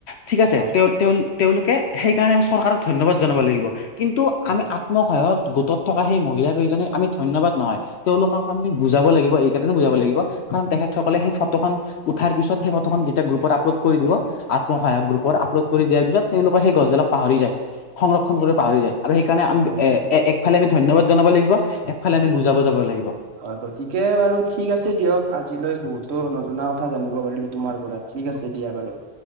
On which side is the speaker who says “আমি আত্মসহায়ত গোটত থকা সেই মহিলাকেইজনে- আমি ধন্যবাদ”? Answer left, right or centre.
Left